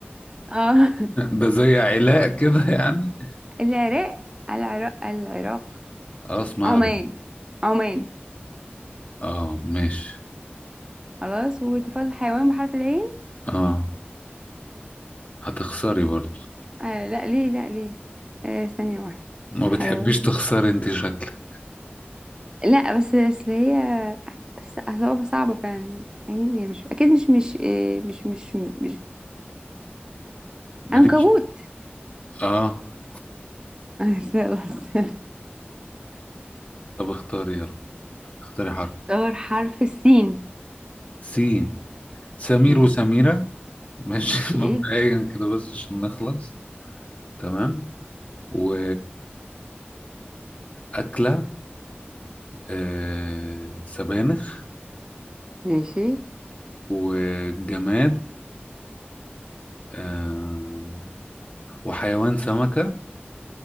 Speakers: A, on the right; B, on the left.
A: اه
B: ده
A: <laughs>
B: زي علاء كده يعني
A: العراق العراق العراق
B: اه اسمع
A: عمان عمان
B: اه ماشي
A: خلاص وتفضل حيوان بحرف العين
B: اه هتخسري برضو
A: أه لا ليه لا ليه أه ثانية واحدة
B: ما
A: حيوان
B: بتحبيش تخسري انت شكلك
A: لا بس اصل هي بس أصل هو صعبة فعلا يعني مش اكيد مش مش آه، مش مش مش
B: ماليش
A: عنكبوت
B: اه
A: <laughs>
B: طب اختاري يلا اختاري حرف
A: دور حرف السين
B: سين سمير
A: مم.
B: وسميرة ماشي
A: اوكي
B: <laughs> مبدئيا كده بس عشان نخلص تمام و أكلة آه... سبانخ
A: ماشي
B: وجماد آه وحيوان سمكة